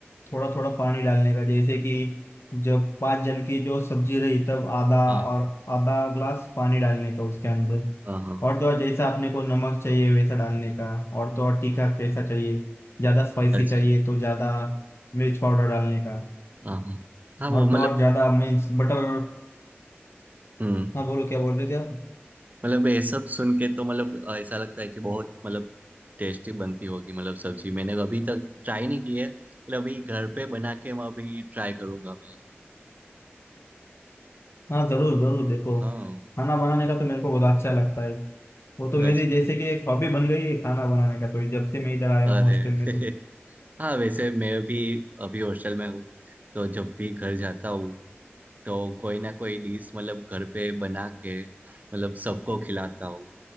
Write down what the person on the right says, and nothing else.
हाँ
हाँ हाँ,
अच्छा
हाँ हाँ हाँ, वो
मतलब
मतलब ये सब सुन के तो मतलब अ, ऐसा लगता है कि बहुत मतलब टेस्टी बनती होगी मतलब सब्जी मैंने अभी तक ट्राई नहीं की है मतलब अभी घर पे बना के मैं अभी ट्राई करूंगा मैं
हाँ
अच्छा
अरे
<laughs>
हाँ वैसे मैं भी अभी हॉस्टल में हूँ तो जब भी घर जाता हूँ तो कोई ना कोई डिश मतलब घर पे बना के मतलब सबको खिलाता हूँ